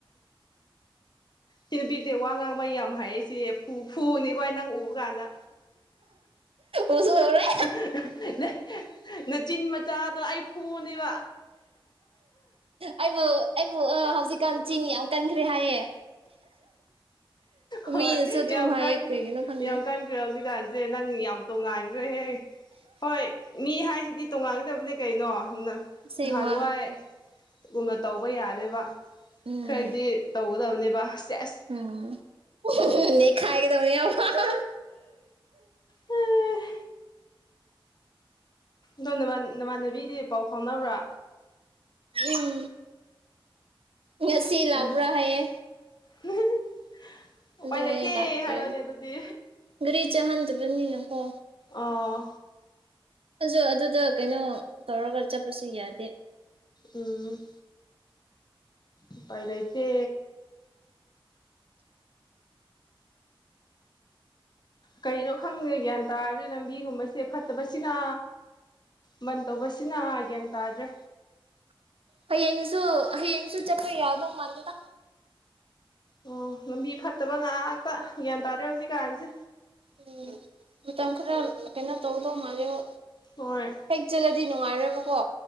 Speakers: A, on the left; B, on the right.
A: ꯁꯤꯅꯨꯄꯤꯁꯤ ꯋꯥ ꯉꯥꯡꯕ ꯌꯥꯝ ꯍꯩꯌꯦ ꯁꯤ ꯐꯨ ꯐꯨꯅꯤꯀꯣ ꯑꯩ ꯅꯪ ꯎꯕ ꯀꯥꯟꯗ
B: ꯎꯁꯨ ꯎꯔꯦ
A: <unintelligible> ꯅꯆꯤꯟ ꯃꯆꯥꯗꯣ ꯑꯩ ꯐꯨꯅꯤꯕ
B: ꯑꯩꯕꯨ ꯑꯩꯕꯨ ꯑ ꯍꯧꯖꯤꯛꯀꯥꯟ ꯆꯤꯟ ꯌꯥꯝ ꯀꯟꯈ꯭ꯔꯦ ꯍꯥꯏꯌꯦ
A: ꯍꯣꯏ
B: ꯃꯤꯅꯁꯨ ꯑꯗꯨꯝ
A: ꯌꯥꯝ
B: ꯍꯥꯏꯌꯦ
A: ꯀꯟ
B: ꯀ꯭ꯔꯤꯒꯤꯅꯣ ꯈꯪꯗꯦ
A: ꯌꯥꯝ ꯀꯟꯈ꯭ꯔꯦ ꯍꯧꯖꯤꯛꯀꯥꯟꯁꯦ ꯅꯪ ꯌꯥꯝ ꯇꯣꯉꯥꯏꯈ꯭ꯔꯦꯍꯦ ꯍꯣꯏ ꯃꯤ ꯍꯥꯏꯁꯤꯗꯤ ꯇꯣꯉꯥꯟꯒꯗꯕꯅꯦ ꯀꯩꯅꯣ ꯅ
B: ꯑꯁꯦꯡꯕ
A: ꯅꯍꯥꯟꯍꯥꯏ ꯎꯅ ꯇꯧꯕ ꯌꯥꯗꯦꯕ
B: ꯎꯝ
A: ꯈ꯭ꯔꯗꯤ ꯇꯧꯒꯗꯕꯅꯦꯕ ꯁꯦꯁ
B: ꯎꯝ ꯅꯩꯈꯥꯏꯒꯗꯕꯅꯦꯕꯅꯦ
A: ꯍꯦ ꯗꯣ ꯅꯃꯥꯟ ꯅꯃꯥꯟꯅꯕꯤꯗꯤ ꯄꯥꯎ ꯐꯥꯎꯅꯕ꯭ꯔꯥ
B: ꯎꯝ ꯉꯁꯤ ꯂꯥꯛꯄ꯭ꯔꯥ
A: ꯑꯣ
B: ꯍꯥꯏꯌꯦ
A: <unintelligible> ꯎꯄꯥꯏ
B: ꯑꯗꯣ
A: ꯂꯩꯇ
B: ꯑꯩ ꯂꯥꯛꯇ꯭ꯔꯦ
A: ꯍꯥꯏꯌꯅꯦ ꯑꯗꯨꯗꯤ
B: ꯒꯥꯔꯤ ꯆꯥꯍꯟꯗꯕꯅꯤꯅꯀꯣ
A: ꯑꯣ
B: ꯖꯨ ꯑꯗꯨꯗꯣ ꯀꯩꯅꯣ ꯇꯧꯔꯒ ꯆꯠꯄꯁꯨ ꯌꯥꯗꯦ
A: ꯎꯝ ꯎꯄꯥꯏ ꯂꯩꯇꯦ ꯀꯩꯅꯣ ꯈꯪꯗꯦ ꯒ꯭ꯌꯥꯟ ꯇꯥꯗꯦ ꯂꯝꯕꯤꯒꯨꯝꯕꯁꯦ ꯐꯠꯇꯕꯁꯤꯅ ꯕꯟ ꯇꯧꯕꯁꯤꯅ ꯒ꯭ꯌꯥꯟ ꯇꯥꯗ꯭ꯔꯦ
B: ꯍꯌꯦꯡꯁꯨ ꯍꯌꯦꯡꯁꯨ ꯆꯠꯄ ꯌꯥꯗꯧ ꯃꯥꯥꯟꯗꯦꯗꯥ
A: ꯑꯣ ꯂꯝꯕꯤ ꯐꯠꯇꯕ ꯉꯥꯛꯇ ꯒ꯭ꯌꯥꯟ ꯇꯥꯗꯦ ꯍꯧꯖꯤꯛꯀꯥꯟꯁꯦ
B: ꯎꯝ ꯃꯇꯝ ꯈꯔ ꯀꯩꯅꯣ ꯇꯧꯗꯧ ꯃꯥꯜꯂꯦꯕꯣ
A: ꯍꯣꯏ
B: ꯍꯦꯛ ꯆꯠꯂꯗꯤ ꯅꯨꯡꯉꯥꯏꯔꯣꯏꯕꯀꯣ